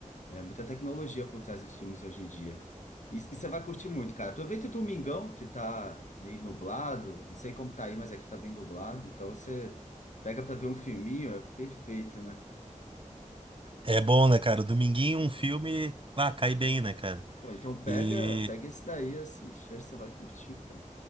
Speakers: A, on the left (about 65°); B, on the right (about 40°).
A: É muita tecnologia por trás dos filmes hoje em dia. E, e você vai curtir muito, cara. Aproveita o domingão, que tá meio nublado. Não sei como tá aí, mas aqui tá bem nublado. Então você pega pra ver um filminho, é perfeito, né?
B: É bom, né, cara? Dominguinho, um filme, ah, cai bem, né, cara?
A: Pô, então pega,
B: E
A: pega esse daí, assiste. Acho que você vai curtir, cara.